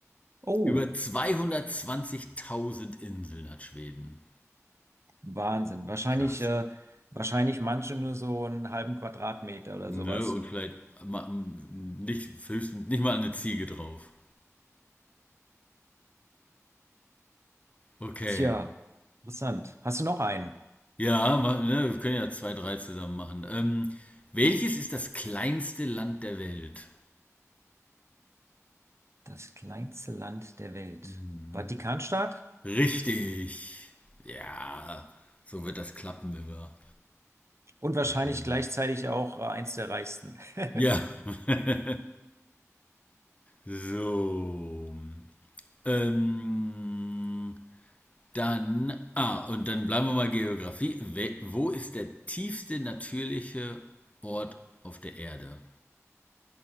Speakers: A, on the right; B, on the left.
A: Oh,
B: Über 220.000 Inseln hat Schweden.
A: Wahnsinn. Wahrscheinlich,
B: Krass.
A: äh, wahrscheinlich manche nur so einen halben Quadratmeter oder
B: Ne,
A: sowas.
B: und vielleicht ma- m- nicht, höchstens nicht mal eine Ziege drauf. Okay.
A: Tja, interessant. Hast du noch einen?
B: Ja, ma- ne, wir können ja zwei, drei zusammen machen. Ähm, welches ist das kleinste Land der Welt?
A: Das kleinste Land der Welt.
B: Hm.
A: Vatikanstaat?
B: Richtig. Ja, so wird das klappen, wenn wir
A: Und wahrscheinlich
B: teilnehmen.
A: gleichzeitig auch äh, eins der reichsten. <laughs>
B: Ja. <laughs> So. Ähm, dann, ah, und dann bleiben wir mal Geografie. We- Wo ist der tiefste natürliche Ort auf der Erde?